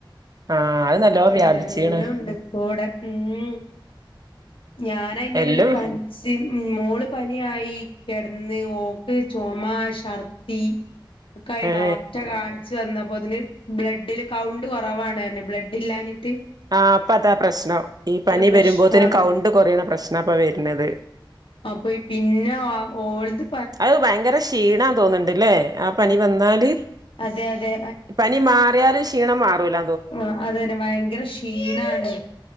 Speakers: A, on the right; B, on the left.
A: ആ അത് നല്ലോ വ്യാപിച്ചീണ്
B: എല്ലുണ്ട് കൂടെ ഉം... ഞാനയിന്റെടേൽ
A: എല്ലും
B: പന്ച്ച് സിന് മോള് പനിയായി കെടന്ന് ഓക്ക് ചുമാ ശർദി ക്കായി
A: ഏ
B: ഡോക്റ്റകാണി വന്നപ്പോത്തിന് ബ്ലഡില് കൗണ്ട് കുറവാണ്റ്ഞ് ബ്ലഡില്ലാഞ്ഞിട്ട്
A: ആ പ്പ താ പ്രശ്നം ഈ പനി
B: പ്രശ്നം
A: വരുമ്പോത്തിന്
B: പറഞ്ഞു
A: കൗണ്ട് കുറയ്ണ പ്രശ്നാപ്പ വര്ണത്
B: അപ്പൊയി പിന്നാ ഓൽത്
A: അത് ഭയങ്കര ക്ഷീണാ തോന്ന്ണ്ടില്ലേ.. ആഹ് പനി വന്നാല്,
B: അതെ അതെ
A: പനി മാറിയാല് ക്ഷീണം മാറൂല
B: ആഹ് അതന്നെ വയങ്കര ക്ഷീണാണ്